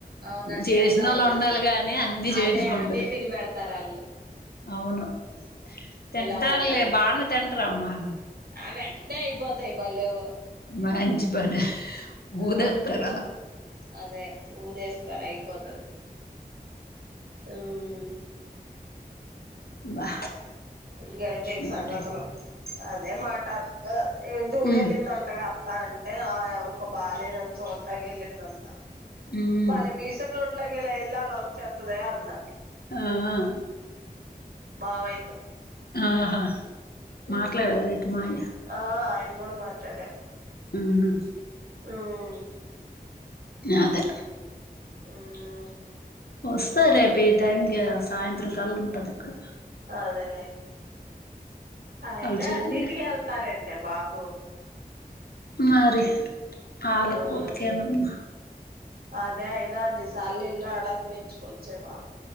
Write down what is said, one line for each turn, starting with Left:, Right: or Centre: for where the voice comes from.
Right: అవునా
Left: చేసినోళ్ళు
Right: సద్దవలే
Left: ఉండాలి
Right: అన్న
Left: గాని అన్ని చేయించుకుంటది
Right: అదే అన్నీ తిని పెడతారు వాళ్ళు
Left: అవును తింటలి
Right: అవ్వవు గాని
Left: బాను తింట్ర అమ్మా
Right: ఆ వెంటనే అయిపోతాయి భలేవు
Left: మంచి పనే
Right: ఆ
Left: ఊద తారాల
Right: అదే ఊదేస్థరు అయిపోతది ఉమ్
Left: బా
Right: ఇకెంటి
Left: ఇంకా
Right: సంగతులు అదే మాట ఏంటి ఊర
Left: ఉమ్
Right: వెళ్ళిందంటగా తా అంటే ఆ ఎవరికో బాలేదు అని చో గిలిందంటా
Left: ఉమ్
Right: భలే బీసెన్ రోడ్ ఇలా వెళ్ళి అలా వ చెత్త ధే అన్న
Left: ఆ ఆ!
Right: మావయ్యతో
Left: ఆహా
Right: ఉమ్
Left: మాట్లాడదా ఎటు మాయ
Right: ఆయ్న్ ఇప్పుడు కూడా మాట్లాడాలి
Left: ఉహుమ్
Right: ఉమ్
Left: అదే
Right: ఉమ్
Left: వస్తా రేపు ఈ టైంకి సాయంత్రం కల్ ఉంటది అక్కడ
Right: అదేలేే అయినా
Left: వాళ్ళ చెల్లి
Right: అన్నిటికి వెళ్తారంటే బాబు
Left: మరి అలికియోపికెనామా
Right: ఉమ్ అదే అయినా అన్నిసార్లు వెళ్ళి రావడానికి మెచ్చుకోవచ్చే బాబూ